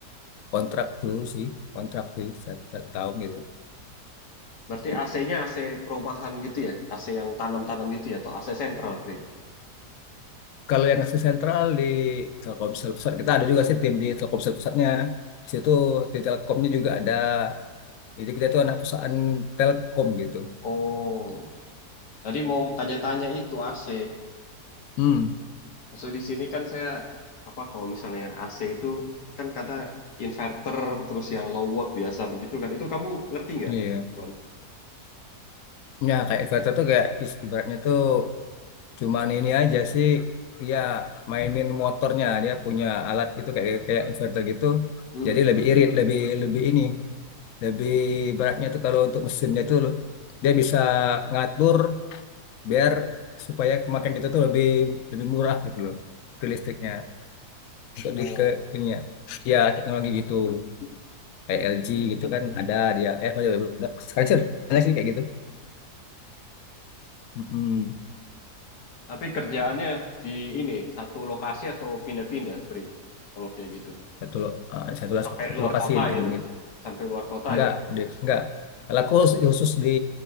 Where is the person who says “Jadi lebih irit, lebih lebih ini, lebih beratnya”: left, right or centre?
Left